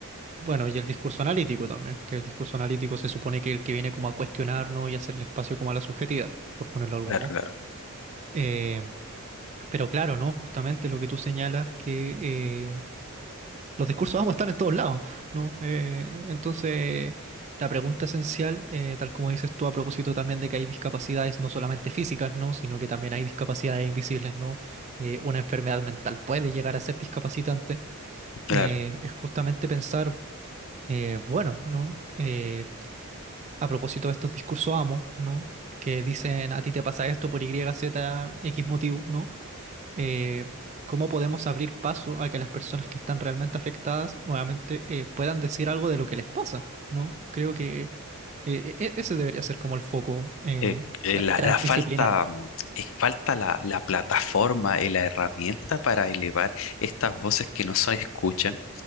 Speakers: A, on the right; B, on the left.
A: bueno, y el discurso analítico también, que el discurso analítico se supone que el que viene como a cuestionarnos y hacerle espacio como a la subjetividad, por ponerlo de algún
B: Claro,
A: modo.
B: claro,
A: Em, Pero claro, ¿no? Justamente lo que tú señalas, que eh, los discursos vamos a estar en todos lados, ¿no? Eh, entonces, la pregunta esencial, eh, tal como dices tú a propósito también de que hay discapacidades no solamente físicas, ¿no? Sino que también hay discapacidades invisibles, ¿no? Eh, una enfermedad mental puede llegar a ser discapacitante.
B: claro.
A: eh, es justamente pensar, eh, bueno, ¿no? Eh, a propósito de estos discursos amo, ¿no? Que dicen a ti te pasa esto por Y, Z, X motivo, ¿no? eh, cómo podemos abrir paso a que las personas que están realmente afectadas nuevamente eh, puedan decir algo de lo que les pasa, ¿no? Creo que eh, e- ese debería ser como el foco eh,
B: eh, eh,
A: tra-
B: la,
A: transdisciplinar.
B: la falta, mm, eh, falta la, la plataforma y la herramienta para elevar estas voces que no se escuchan